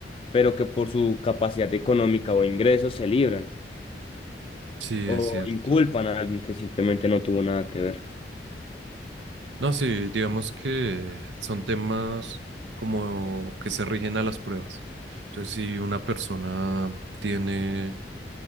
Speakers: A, on the left; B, on the right.
A: pero que por su capacidad económica o ingresos se libran
B: Sí,
A: o
B: es cierto.
A: inculpan a alguien que simplemente no tuvo nada que ver.
B: No, sí, digamos que son temas como que se rigen a las pruebas. Entonces, si una persona tiene,